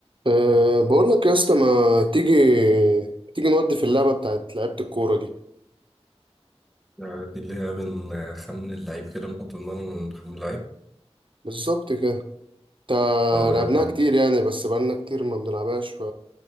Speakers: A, on the right; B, in the centre.
A: أه بقول لك يا اسطى ما تيجي تيجي نودي في اللعبة بتاعت لعيبة الكورة دي
B: آه، دي اللي هي من آه، خمن اللعيب كده بنحط دماغنا من خمن اللعيب
A: بالظبط كده تا
B: اه
A: لعبناها
B: يلا
A: كتير يعني بس بقالنا كتير ما بنلعبهاش ف